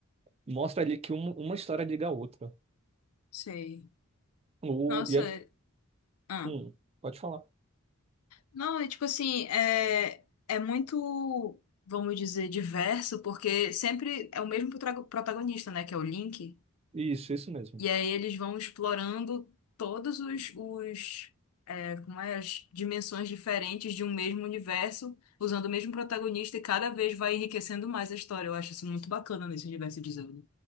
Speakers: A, on the right; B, on the left.
A: mostra ali que um- uma história liga a outra.
B: Sei.
A: O,
B: Nossa,
A: e aí,
B: é- ah.
A: hum, pode falar.
B: Não, é tipo assim, é, é muito, vamos dizer, diverso, porque sempre é o mesmo protago- protagonista, né, que é o Link,
A: Isso, isso mesmo.
B: e aí eles vão explorando todos os, os é, como é, as dimensões diferentes de um mesmo universo, usando o mesmo protagonista, e cada vez vai enriquecendo mais a história. Eu acho isso muito bacana nesse universo de Zelda.